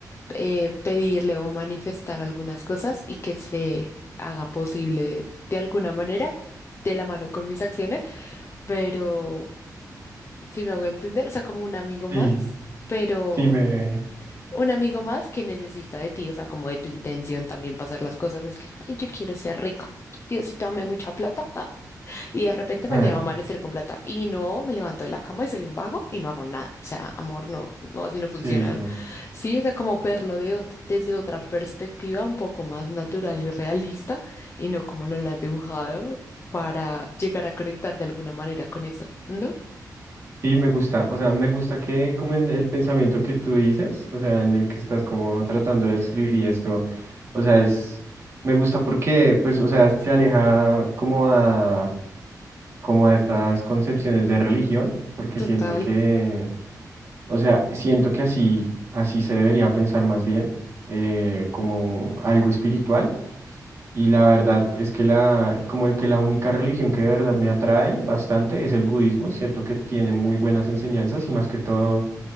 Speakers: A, on the left (about 40°); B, on the right (about 40°).
A: eh, pedirle o manifestar algunas cosas y que se haga posible de alguna manera, de la mano con mis acciones, pero si me hago entender, o sea, como un amigo
B: Sí,
A: más, pero
B: sí, me,
A: un amigo más que necesita de ti, o sea, como de tu intención también para hacer las cosas, no es que, ay, yo quiero ser rico. Diosito, dame mucha plata. Y de repente
B: <laughs>
A: mañana va a amanecer con plata. Y no, me levanto de la cama y soy un vago y no hago nada. O sea, amor, no, no, así no funciona.
B: sí,
A: Sí, o sea, como verlo de ot- desde otra perspectiva un poco más natural y realista y no como nos la ha dibujado para llegar a conectar de alguna manera con eso. ¿No?
B: Sí, me gusta, o sea, me gusta que como en el pensamiento que tú dices, o sea, en el que estás como tratando de escribir y esto, o sea, es, me gusta porque, pues, o sea, se aleja como a, como a estas concepciones de religión, porque
A: Total,
B: siento que, o sea, siento que así, así se debería pensar más bien, eh, como algo espiritual y la verdad es que la, como el que la única religión que de verdad me atrae bastante es el budismo, cierto que tiene muy buenas enseñanzas y más que todo